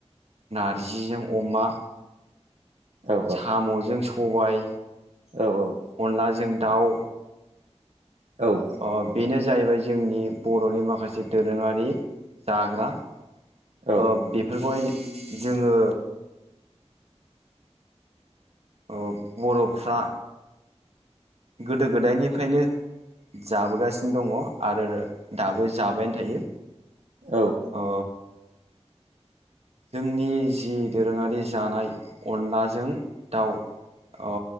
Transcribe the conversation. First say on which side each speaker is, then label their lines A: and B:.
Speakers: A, on the right; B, on the right.
A: नारजिजों अमा
B: औ
A: सामजों सबाय
B: औ औ
A: अनलाजों दाउ
B: औ
A: ओ बेनो जाहैबाय जोंनि बर'नि माखासे दोरोङारि दाग्रा
B: औ
A: ओ बेफोरखौहाय जोङो ओ बर'फ्रा गोदो गोदायनिफ्रायनो जाबोगासिनो दङ आरो दाबो जाबायानो थायो।
B: औ।
A: ओ। जोंनि जि दोरोङारि जानाय अनलाजों दाउ ओ